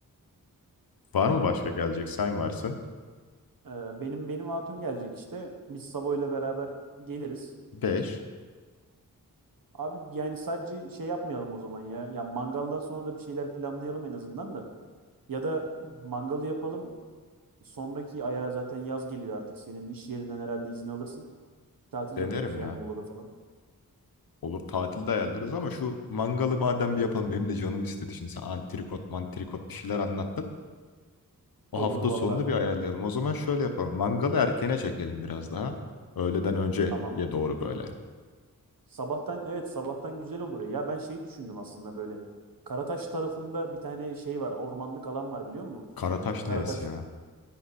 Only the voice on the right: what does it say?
Ee, benim benim hatun gelecek işte. Biz Sabo ile beraber geliriz.
Abi yani sadece şey yapmayalım o zaman ya. Ya mangaldan sonra da bir şeyler planlayalım en azından da. Ya da mangalı yapalım. Sonraki aya zaten yaz geliyor artık. Senin iş yerinden herhalde izin alırsın. Tatil
yaparız ya
Muğla'da falan.
Olur
valla.
Tamam.
Sabahtan evet sabahtan güzel olur ya. Ya ben şey düşündüm aslında böyle. Karataş tarafında bir tane şey var. Ormanlık alan var biliyor musun?
Karataş